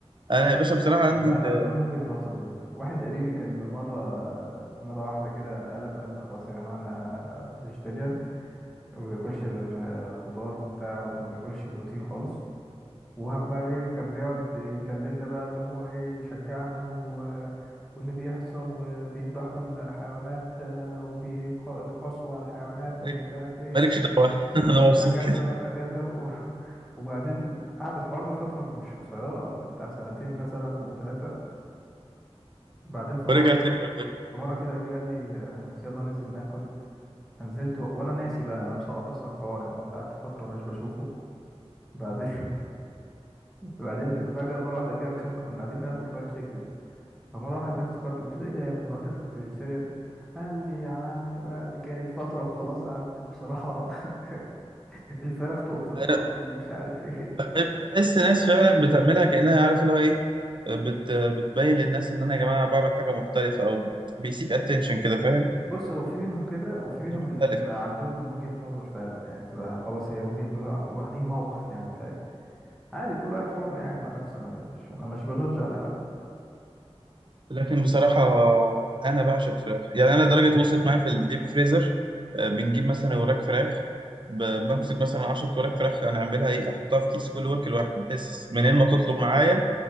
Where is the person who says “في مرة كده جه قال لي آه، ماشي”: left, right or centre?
Centre